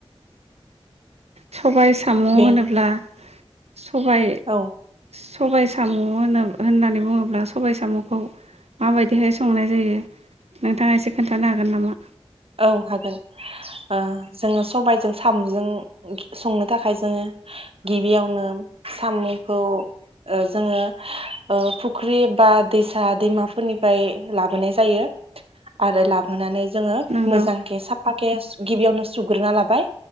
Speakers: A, on the right (about 85°); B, on the right (about 65°).
A: स'बाय सामु
B: बे
A: होनोब्ला सबाय
B: औ
A: सबाइ सामु होनना होननानै बुङोब्ला स'बाय सामुखौ माबायदिहाय संनाय जायो नोंथाङा एसे खोन्थानो हागोन नामा?
B: औ हागोन ओ जोङो सबायजों सामुजों संनो थाखाय जोङो गिबियावनो सामुखौ जोङो ओ फुख्रि बा दैसा दैमाफोरनिफ्राय लाबोनाय जायो आरो लाबोनानै जोङो
A: नंगौ
B: मोजांके साफाकेे गिबियावनो सुग्रोना लाबाय